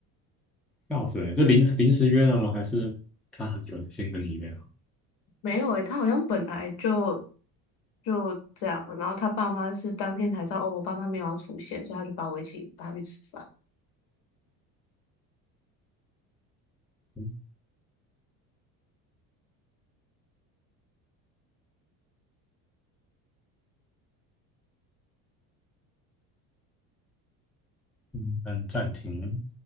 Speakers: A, in the centre; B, on the left (about 70°).
A: 要死这临临时约的吗？还是他有先跟你约好？
B: 没有诶、他好像本来就就这样了然后他爸妈是当天才知道哦，我爸妈没有要出现，所以他就把我一起带他去吃饭。
A: 嗯，嗯，按暂停。